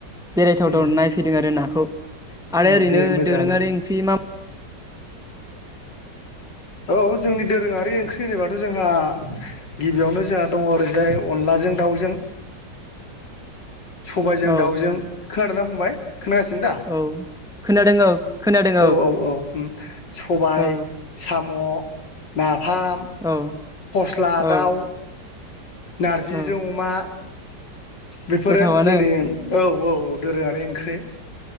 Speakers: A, in the centre; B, on the left.
A: बेरायथावथाव
B: उम
A: नायफैदों आरो नाखौ। आदाया
B: उम
A: ओरैनो
B: दे मोजाङानो
A: दोरोङारि ओंख्रि मा
B: औ जोंनि दोरोङारि ओंख्रि होनोबाथ' जोंहा गिबियावनो जोंहा दङ ओरैजाय अनलाजों दाउजों सबायजों
A: औ
B: दाउजों। खोनादोंना फंबाय, खोनागासिनो दा?
A: औ खोनादों औ खोनादों
B: औ औ औ उम सबाय
A: औ
B: साम म' नाफाम
A: औ
B: फस्ला
A: औ
B: दाउ नारजिजों
A: औ
B: अमा बेफोरो
A: गोथावानो
B: जोंनि औ औ औ दोरोङारि ओंख्रि।